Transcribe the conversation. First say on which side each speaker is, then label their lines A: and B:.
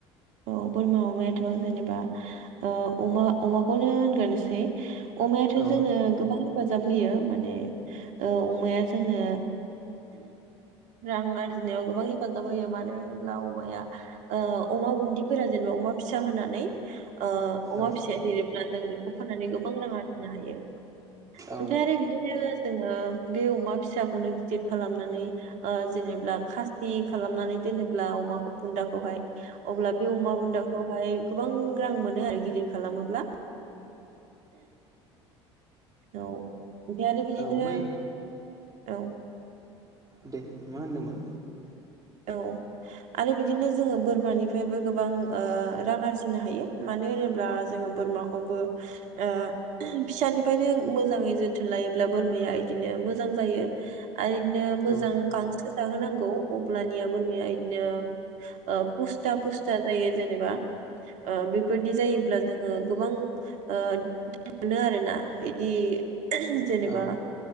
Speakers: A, on the right; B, on the right.
A: औ बोरमा अमायाथ' जेनेबा ओ अमा अमाखौनो होनग्रोसै अमायाथ'
B: औ
A: जोङो गोबां रो हेफाजाब होयो माने ओ अमाया जोंनो रां आरजिनायाव गोबां हेफाजाब होयो मानो होनोब्ला अमाया ओ अमा बुन दिफोरा जेनेबा अमा फिसा होनानै ओ अमा
B: औ
A: फिसाया देरोब्ला जों बेखौ फाननानै गोबां रां आरजिनो हायो
B: औ
A: ओमफ्राय आरो बिदिनो जोङो बे अमा फिसाखौनो गिदिर खालामनानै ओ जेनेब्ला खासि खालामनानै दोनोब्ला अमाखौ बुन्दाखौहाय अब्ला बे अमा बुन्दाखौहाय गोबां रां मोनो आरो गिदिर खालामोब्ला <inaudible> औ। ओमफ्राय आरो बिदिनो
B: औ मै
A: औ
B: दे मा होनदोंमोन?
A: औ आरो बिदिनो जोङो बोरमानिफ्रायबो गोबां ओ रां आरजिनो हायो मानो होनोब्ला जोङो बोरमाखौबो ओ फिसानिफ्रायनो मोजाङै जोथोन लायोब्ला बोरमाया इदिनो मोजां जायो। आरो इदिनो मोजां
B: औ
A: गांसो जाहोनांगौ अब अब्लानिया बोरमाया बिदिनो ओ पुस्था पुस्था जायो जेनेबा ओ बेफोरदि जायोब्ला जोङो गोबां ओ थानो आरोना इदि जेनेबा
B: औ